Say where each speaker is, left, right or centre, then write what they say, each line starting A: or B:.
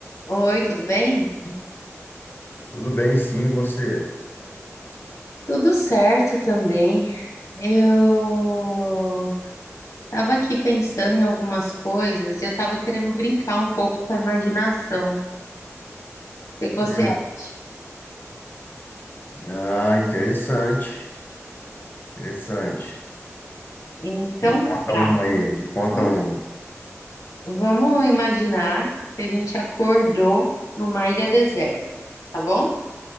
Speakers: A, on the left (about 80°); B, on the left (about 40°).
A: Oi, tudo bem?
B: Tudo bem, sim, e você?
A: Tudo certo também. Eu tava aqui pensando em algumas coisas e eu tava querendo brincar um pouco com a imaginação. O que que você
B: Hum,
A: acha?
B: Ah, interessante, interessante.
A: Então,
B: Me conta
A: tá.
B: uma aí, me conta
A: Vamos
B: uma.
A: vamos imaginar que a gente acordou numa ilha deserta, tá bom?